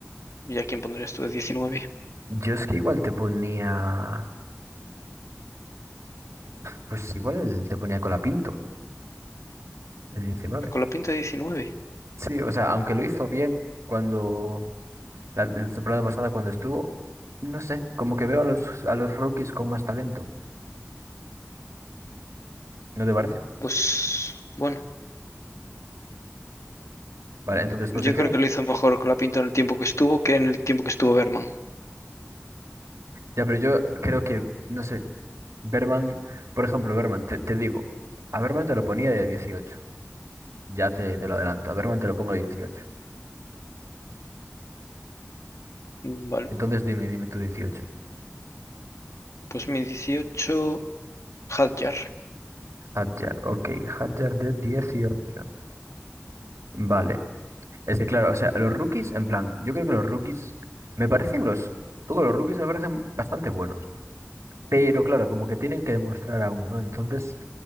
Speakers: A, on the left; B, on the right.
A: ¿Y a quién pondrías tú de diecinueve
B: Yo es que igual te ponía, pues igual te ponía Colapinto, de 19.
A: Con la pinta de diecinueve
B: Sí, o sea, aunque lo hizo bien cuando La, la temporada pasada cuando estuvo, no sé, como que veo a los, a los rookies con más talento, ¿no te parece?
A: Pues bueno,
B: Vale, entonces posición,
A: yo creo que lo hizo mejor con la pinta en el tiempo que estuvo que en el tiempo que estuvo Berman.
B: ya, pero yo creo que, no sé, Berman, por ejemplo, Berman, te, te digo, a Berman te lo ponía de dieciocho ya te, te lo adelanto, a Berman te lo pongo de dieciocho
A: Vale,
B: Entonces dime, dime tú dieciocho
A: pues mi 18 Hadjar.
B: Hadjar, ok, Hadjar de dieciocho Vale, es que claro, o sea, los rookies, en plan, yo creo que los rookies, me parecen los, todos los rookies me parecen bastante buenos. Pero claro, como que tienen que demostrar aún no entonces